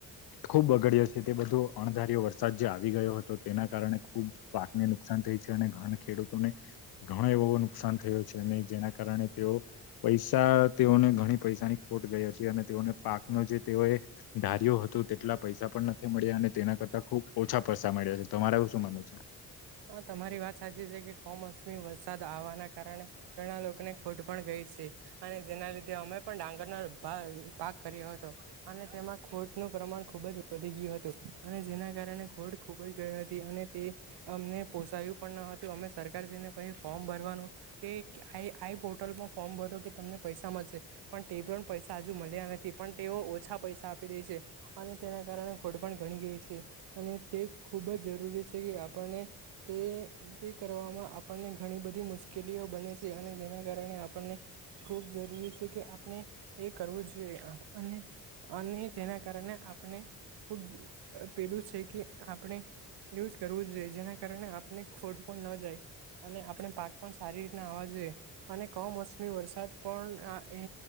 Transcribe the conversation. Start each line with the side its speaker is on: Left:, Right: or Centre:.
Left: ખુબ બગડયો છે તે બધો અણધાર્યો વરસાદ જે આવી ગયો હતો તેના કારણે ખુબ પાક ને નુકસાન થઈ છે અને ઘણા ખેડૂતોને ઘણો એવોવો નુકસાન થયો છે જેના કારણે તેઓ પૈસા તેઓને ઘણી પૈસાની ખોટ હતી અને તેઓને પાકનો જે તેઓએ ધાર્યો હતું તેટલા પૈસા પણ નથી મળ્યા અને તેના કરતા ખુબ ઓછા પૈસા મળ્યા છે, તમારે એવું શું માનવું છે.
Right: હા તમારી વાત સાચી છે કે કમોસમી વરસાદ આવવાના કારણે ઘણા લોકોને ખોટ પણ ગઈ છે અને જેના લીધે અમે પણ ડાંગર ભાગ કર્યો હતો. અને તેમાં ખોટનું પ્રમાણ ખુબ જ વધી ગયું હતું અને જેના કારણે ખોટ ખૂબ જ ગઈ હતી અને તે અમને પોસાયું પણ ન હતું અમે સરકારશ્રિને પછી ફોર્મ ભરવાનું કે આ આ પોર્ટલમાં ફોર્મ ભરો કે તમને પૈસા મળશે. પણ તે પણ પૈસા હજુ મળ્યા નથી પણ તેઓ. ઓછા પૈસા આપી દે છે અને તેના કારણે ખોટ પણ ઘણી ગઈ છે અને તે ખૂબ જ જરૂરી. આપને તે કરવામાં. આપણને ઘણી બધી મુશ્કેલીઓ બને છે અને જેના કારણે આપણને ખૂબ જરૂરી છે કે આપણે એ કરવું જોઈએ અને અને તેના કારણે આપ આપણે ખુબ પેલું છે કે આપણે. એવું જ કરવું જ જોઈએ, જેના કારણે આપને ખોટ પણ ન જાય. અને આપણે પાક પણ સારી રીતના આવવા જોઈએ અને કમોસમી વરસાદ પણ એ